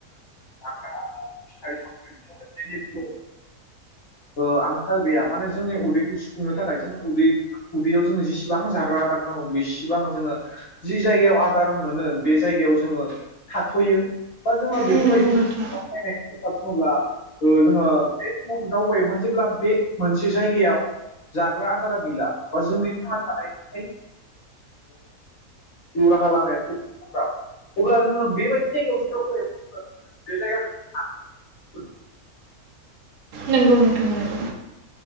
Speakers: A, on the left; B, on the right.
A: <unintelligible> ओ आंखाल गैया माने जोंनि उदैखौ सुफुंनो थाखाय जों उदै उदैयाव जोङो जेसेबां जाग्रा आदार नांगौ बेसेबां जोङो जि जायगायाव आदार मोनो बे जायगायाव जोङो थाथयो बा जोङो बेफोरबायदिनो
B: नंगौ नोंथां
A: खोथा बुङोब्ला जोङो बे समाव दावबायोमोन जेब्ला बे मोनसे जायगायाव जाग्रा आदारा गैला बा जोंनि थां थानाय जिउ राहा लामाय अब्ला जोङो बेबायदि जायगायावसो दावबायोमोन बे जायगाखौ
B: नोंगौ नोंथां नंगौ।